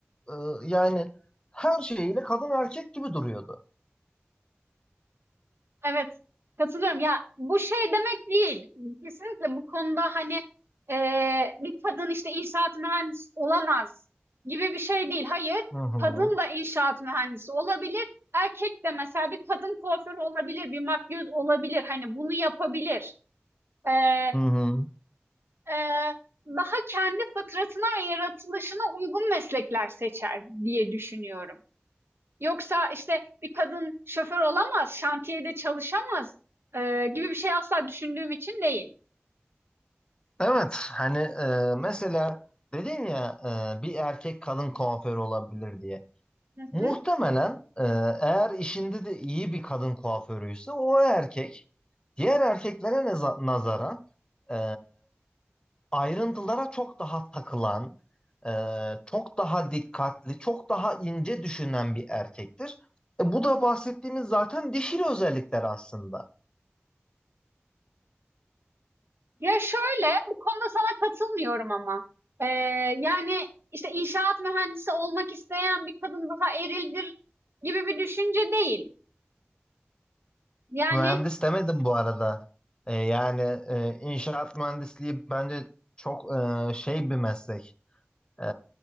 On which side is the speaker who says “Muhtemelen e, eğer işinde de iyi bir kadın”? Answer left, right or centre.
Left